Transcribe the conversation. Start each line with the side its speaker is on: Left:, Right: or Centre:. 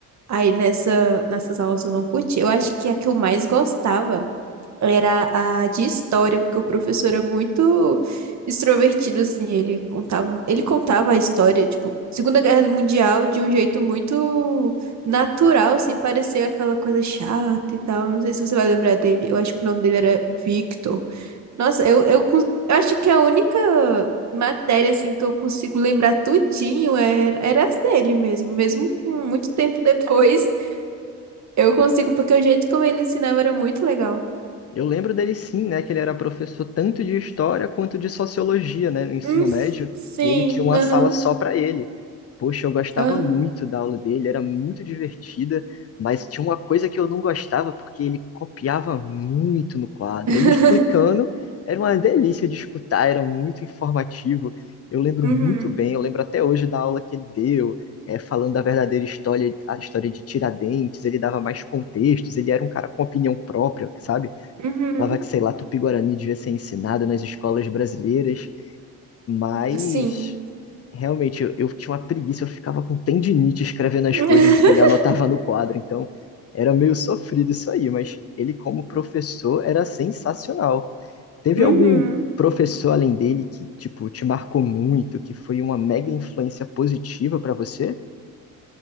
Right: Aí nessa, nessas aulas eu não curti. Eu acho que a que eu mais gostava era a de história, porque o professor é muito extrovertido, assim, ele contava, ele contava a história, tipo, Segunda Guerra Mundial de um jeito muito natural, sem parecer aquela coisa chata e tal. Não sei se você vai lembrar dele. Eu acho que o nome dele era Victor. Nossa, eu, eu, cons- eu acho que a única matéria, assim, que eu consigo lembrar tudinho era, era as dele mesmo. Mesmo com muito tempo depois, eu consigo, porque o jeito como ele ensinava era muito legal.
Left: Eu lembro dele sim, né, que ele era professor tanto de história quanto de sociologia, né, no ensino
Right: Hum,
Left: médio,
Right: sim,
Left: e ele tinha uma
Right: aham,
Left: sala só para ele. Poxa, eu gostava
Right: aham.
Left: muito da aula dele, era muito divertida, mas tinha uma coisa que eu não gostava porque ele copiava muito no quadro.
Right: <laughs>
Left: Ele explicando, era uma delícia de escutar, era muito informativo. Eu lembro
Right: Uhum,
Left: muito bem, eu lembro até hoje da aula que ele deu, eh, falando da verdadeira história, a história de Tiradentes, ele dava mais contextos, ele era um cara com opinião própria, sabe?
Right: uhum,
Left: Falava que, sei lá, Tupi-Guarani devia ser ensinado nas escolas brasileiras, mas
Right: sim.
Left: realmente eu, eu tinha uma preguiça, eu ficava com tendinite escrevendo as
Right: <laughs>
Left: coisas do que ele anotava no quadro, então era meio sofrido isso aí, mas ele, como professor, era sensacional. Teve
Right: Uhum.
Left: algum professor além dele que, tipo, te marcou muito, que foi uma mega influência positiva pra você?